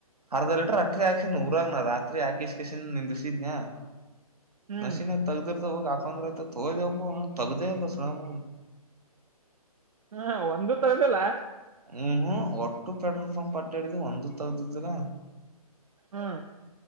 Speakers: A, on the right; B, on the right.
A: ಅರ್ಧ ಲೀಟ್ರ ರಾತ್ರಿ ಹಾಕಸಿದ ಊರಾಗನ ರಾತ್ರಿ ಹಾಕಿಸಕಸನ್ ನಿಂದ್ರಿಸಿದ್ನ.
B: ಹ್ಮ್
A: ನಶೀನ ತೆಗದರತ್ವ. ಹಂದ್ರತ ತೋಪ್ಪ ನ ತಗದೆೇ ಇಲ್ಲ ಶ್ರಾಮ
B: ಹ್ಮ ಒಂದು ತರದಲ್ಲ
A: ಹ್ಮ್ ಹ್ಮ ಒಟ್ಟು ಪೆಟ್ರೋಲ್ ಪಂಪ್ ಅಡ್ಡ ಆಡಿಧಿವಿ ಒಂದು ತಗ್ದಿದ್ದಿಲ್ಲ.
B: ಹ್ಮ್.